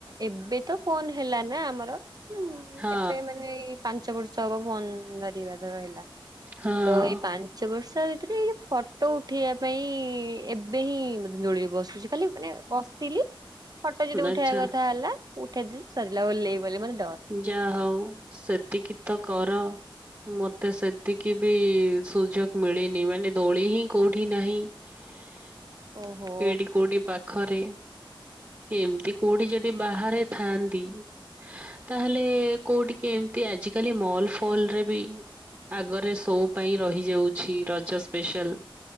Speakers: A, on the right (about 45°); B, on the right (about 30°).
A: ଏବେ ତ ଫୋନ ହେଲା ନା ଆମର
B: ହଁ
A: ଏବେ ମାନେ ଏଇ ପାଞ୍ଚ ବର୍ଷ ହବ ଭୁନ୍ଦ ଧରିବା ରହିଲା
B: ହଁ।
A: ତ ଏଇ ପାଞ୍ଚ ପାଞ୍ଚ ବର୍ଷା ଭିତରେ ଏ ଫଟୋ ଉଠେଇବା ପାଇଁ ଏବେ ହିଁ ମେ ଦୋଳିରେ ବସୁଛି ଖାଲି ମାନେ ବସିଲି ଫଟୋ ଯଦି
B: ଆଚ୍ଛା
A: ଉଠେଇବା କଥା ହେଲା ଉଠେଇଦଲି ସରିଲା ଓହ୍ଲେଇ ମାନେ
B: ଯାହା ହଉ ସେତିକି ତ କର ମତେ ସେତିକି ବି ସୁଯୋଗ ମିଳିନି ମାନେ ଦୋଳି ହିଁ କୋଉଠି ନାହିଁ ହ
A: ଓହୋ
B: ଏଇଠି କୋଉଠି ପାଖରେ ଏମିତି କୋଉଠି ଯଦି ବାହାରେ ଥାନ୍ତି। ତାହେଲେ କୋଉଠିକେ ଏମତି ଆଜିକାଲି ମଲ ଫଲ ରେ ବି ଆଗରେ ସୋ ପାଇଁ ରହିଯାଉଛି ରଜ ସ୍ପେଶାଲ।